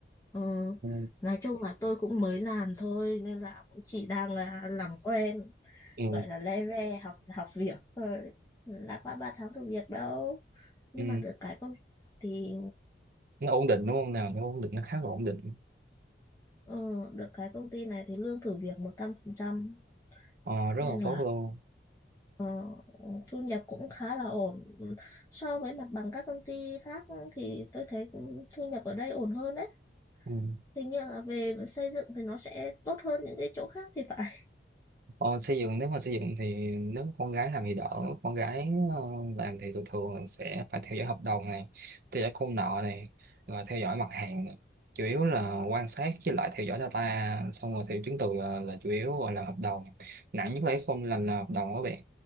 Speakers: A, on the left (about 20°); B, on the right (about 55°).
A: ờ,
B: ừ.
A: nói chung là tôi cũng mới làm thôi nên là cũng chỉ đang là làm quen
B: ừ.
A: gọi là le ve học học việc thôi đã qua 3 tháng thử việc đâu nhưng
B: Ừ.
A: mà được cái công thì
B: Nó ổn định đúng không nào nó ổn định nó khá là ổn định
A: ờ, được cái công ty này thì lương thử việc một trăm phần trăm
B: ờ, rất
A: nên
B: là
A: là
B: tốt luôn
A: ờ, thu nhập cũng khá là ổn Ừ, so với mặt bằng các công ty khác thì tôi thấy cũng thu nhập ở đây ổn hơn đấy
B: ừ.
A: hình như là về xây dựng thì nó sẽ tốt hơn những cái chỗ khác thì phải
B: ờ, xây dựng nếu mà xây dựng thì nếu con gái làm thì đỡ con gái ờ, làm thì thường thường là sẽ phải theo dõi hợp đồng này theo dõi công nợ này rồi theo dõi mặt hàng này. chủ yếu là quan sát với lại theo dõi data xong rồi theo chứng từ là, là chủ yếu rồi làm hợp đồng nặng nhất là không làm là hợp đồng các bạn